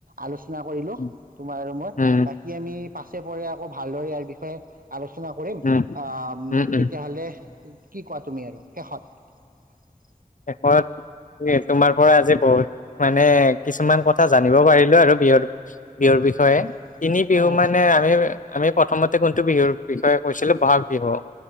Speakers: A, on the right; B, on the left.
A: আলোচনা। কৰিলোঁ
B: উম
A: তোমাৰ আৰু মই
B: উম
A: বাকী আমি পাছে পৰে আকৌ ভাল। ভালদৰে ইয়াৰ বিষয়ে। আলোচনা কৰিম
B: উম
A: আ
B: উম উম
A: তেতিয়াহ'লে, কি কোৱা তুমি আৰু শেষত।
B: শেষত তোমাৰ পৰা আজি। বহুত মানে কিছুমান কথা জানিব পাৰিলো আৰু বিহুৰ, বিহুৰ বিষয়ে
A: অঁ
B: তিনি বিহু
A: হয় হয়
B: মানে আমি আমি প্ৰথমতে কোনটো বিহুৰ, বিষয়ে কৈছিলে বাহাগ বিহু,